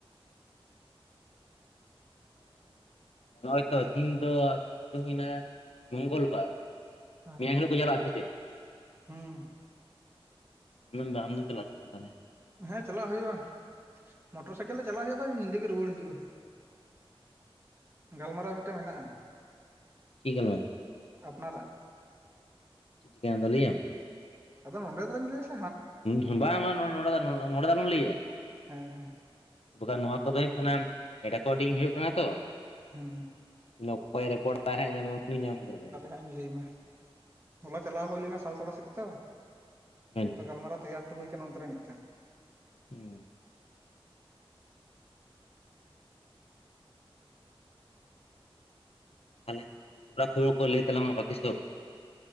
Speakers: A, on the left; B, on the right.
A: <inaudible> ᱱᱚᱜᱼᱚᱭ ᱛᱚ ᱦᱤᱦᱤᱧ ᱫᱚ ᱛᱤ ᱫᱚ ᱦᱩᱭᱱᱟ ᱢᱚᱝᱜᱚᱞ ᱵᱟᱨ
B: ᱦᱮᱸ
A: ᱪᱟᱞᱟᱜ ᱟ ᱥᱮ ᱪᱮᱫ
B: ᱦᱩᱸ
A: ᱟᱢ ᱫᱚ ᱟᱢᱫᱚ ᱪ <unintelligible>
B: ᱦᱮᱸ ᱪᱟᱞᱟᱜ ᱦᱩᱭᱩᱜᱼᱟ ᱢᱚᱴᱚᱨ ᱥᱟᱭᱠᱮᱞ ᱪᱟᱞᱟᱜ ᱦᱩᱭᱩᱜᱼᱟ ᱛᱚ ᱧᱤᱫᱟᱹ ᱜᱮ ᱨᱩᱣᱟᱹᱲ ᱦᱤᱡᱩᱜᱼᱟ ᱜᱟᱞᱢᱟᱨᱟᱣ ᱢᱤᱫᱴᱟᱝ ᱢᱮᱱᱟᱜᱼᱟ
A: ᱪᱤ ᱜᱟᱞᱢᱟᱨᱟᱣ
B: ᱟᱯᱱᱟᱨᱟᱜ
A: ᱪᱮᱫ ᱪᱤᱠᱟᱹᱭᱱᱟ ᱫᱟ ᱞᱟᱹᱭᱟᱢ
B: ᱟᱫᱚ ᱚᱰᱮ <unintelligible>
A: ᱦᱩ ᱵᱟᱝ ᱵᱟᱝ ᱱᱚ ᱱᱚᱰᱮ ᱫᱚ ᱟᱞᱚᱢ ᱞᱟᱹᱭᱟ
B: ᱦᱮᱸ ᱦᱮᱸ
A: ᱵᱟᱠᱷᱟᱱ ᱱᱚᱣᱟ ᱠᱚᱫᱚ ᱦᱩᱭᱩᱜ ᱠᱟᱱᱟ ᱨᱮᱠᱚᱨᱰᱤᱝ ᱦᱩᱭᱩᱜ ᱠᱟᱱᱟ ᱛᱚ
B: ᱦᱩᱸ
A: ᱚᱠᱚᱭ ᱨᱮᱠᱚᱨᱫᱟ ᱠᱷᱟᱡ ᱧᱮᱞ ᱩᱱᱤ ᱧᱟᱢ ᱠᱟᱫᱟᱭ
B: ᱟᱧ ᱞᱟᱹᱭᱟᱢᱟ ᱦᱚᱞᱟ ᱪᱟᱞᱟᱣ ᱦᱩᱭ ᱞᱮᱱᱟ ᱥᱟᱞᱛᱟᱲᱟ ᱥᱮᱫ ᱛᱚ
A: ᱟᱪᱪᱷᱟ
B: ᱜᱟᱞᱢᱟᱨᱟᱣ ᱛᱮᱭᱟᱨᱴᱚ ᱦᱩᱭ ᱟᱠᱟᱱᱟ ᱚᱱᱛᱮ ᱨᱮ ᱢᱤᱴᱮᱱ
A: ᱦᱩᱸ ᱛᱟᱦᱚᱞᱮ ᱠᱷᱚᱵᱽᱨᱟ ᱠᱷᱚᱵᱚᱨ ᱠᱚ ᱞᱟᱹᱭ ᱛᱟᱞᱝᱟ ᱵᱟᱠᱤ ᱥᱚᱵᱽ